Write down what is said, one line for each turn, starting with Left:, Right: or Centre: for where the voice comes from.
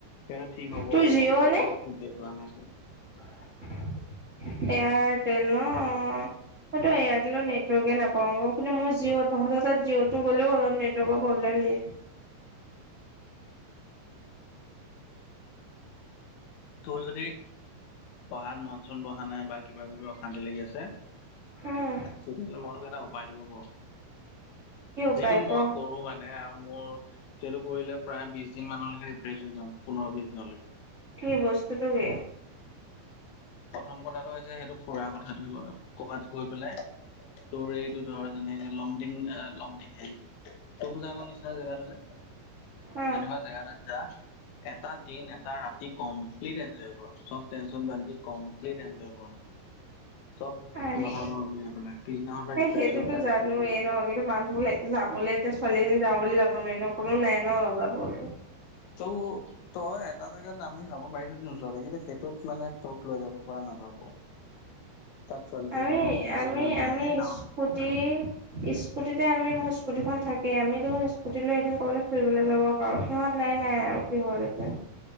Left: সেই ঠিক হ'ব
Right: তোৰ
Left: হ'ব
Right: জিঅ'
Left: হ'ব বুলি
Right: নে
Left: কৈ দিয় কৰা নাই আজিলে।
Right: এয়াৰটেল ন। হয়ই এয়াৰটেলৰ নেটৱৰ্কে নাপাও অ এপিনে মোৰ জিঅ' তহঁত তাত জিঅতো গ'লেও অলপ নেটৱৰ্কৰ প্ৰব্লেম দিয়ে।
Left: তোৰ যদি পঢ়াত মন চন বহা নাই বা কিবা কিবি অশান্তি লাগি আছে।
Right: উম
Left: তেতিয়াহলে মই তোক এটা উপায় দিব পাৰো।
Right: কি উপায়
Left: যিটো মই
Right: ক
Left: কৰো মানে আৰু। মোৰ সেইটো কৰিলে প্ৰায় বিশ দিন মানলৈকে ৰিফ্ৰেজ হৈ যাম পোন্ধৰ বিশ দিনলৈকে।
Right: সেই বস্তুটোক কি?
Left: প্ৰথম কথাটো হৈছে সেইটো ফুৰাৰ কথাটোে বাৰু ক'বাত গৈ পেলাই তোৰ এইটো ধৰ যেনেক লংডিং এ এ লংডিং টুং যাঙৰ নিচিনা জেগাটো যে,
Right: অ
Left: তেনেকুৱা জেগা এটাত যা এটা দিন, এটা ৰাতি কমপ্লিট এনজয় কৰ। চব টেনচন বাদ দি কমপ্লিট এনজয় মানে চব
Right: আৰে
Left: মাথাৰ পৰা উলিয়াই পেলাই। পিছদিনাৰ পৰা
Right: সেই
Left: ৰিফ্ৰেছ
Right: সেইটোতো
Left: হৈ যাব
Right: জানোৱেই
Left: তোৰ।
Right: ন কিন্তু মানুহ লা, যাবলে এতিয়া ছোৱালীজনী যাওঁ বুলি যাব নোৱাৰি ন', কোনো নাই ন' যাবলে
Left: ত', তই এটা জেগাত নাম- মি যাব পাৰিলো হেঁতেন ওচৰতে কিন্তু সেইটোত মানে তোক লৈ যাব পৰা নাযাব। তাত ছোৱালী তোৱালী
Right: আৰে!
Left: অলপ ৰিস্কি
Right: আমি
Left: হৈ যায়
Right: আমি
Left: এই নাও
Right: স্কুটি স্কুটিতে আমি মোৰ স্কুটীখন থাকে আমি দেখোন স্কুটি লৈ এদিন কবালৈ ফুৰিবলৈ যাব পাৰোঁ সিহঁত নাই নাই নাই আৰু কি হল এতিয়া